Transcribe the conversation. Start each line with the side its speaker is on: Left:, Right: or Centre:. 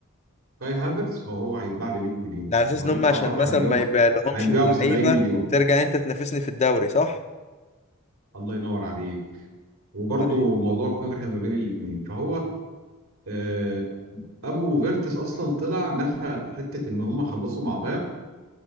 Right: آه، كاي هافرتس فهو هيتباع ب 100 مليون
Left: ده على اساس
Right: لو
Left: ان
Right: هيطلع
Left: هم عشان
Right: بره
Left: مثلا
Right: هنبيعه
Left: ما
Right: ب-
Left: يبقى لهمش
Right: هنبيعه
Left: اللعيبه
Right: ب 70 مليون
Left: وترجع انت تنافسني في الدوري صح
Right: الله ينور عليك وبرضه
Left: ايوه
Right: موضوع كره ما بين الاثنين فهو آه، ابو فيرتس اصلا طلع نفى حته ان هم خلصوا مع بايرن